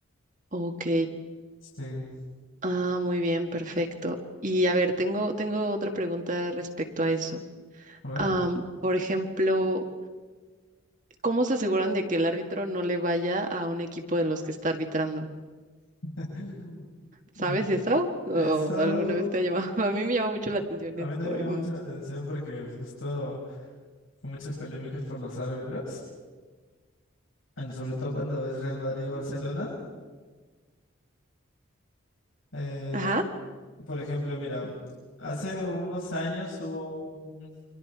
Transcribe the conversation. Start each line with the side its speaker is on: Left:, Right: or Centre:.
Right: Ok.
Left: Sí,
Right: Ah, muy bien, perfecto. Y a ver, tengo tengo otra pregunta respecto a eso.
Left: a ver.
Right: Am, por ejemplo, ¿Cómo se aseguran de que el árbitro no le vaya a un equipo de los que está arbitrando?
Left: <laughs> Mira,
Right: ¿Sabes eso? ¿O
Left: eso
Right: alguna vez te ha llamado? <laughs> A mí me llama mucho la atención
Left: a
Right: eso,
Left: mí también
Right: como
Left: me
Right: de,
Left: llama
Right: mm,
Left: mucho la atención porque justo hay muchas polémicas por los árbitros, en- sobre todo cuando es Real Madrid y Barcelona. eh,
Right: Ajá,
Left: Por ejemplo, mira, hace unos años hubo un,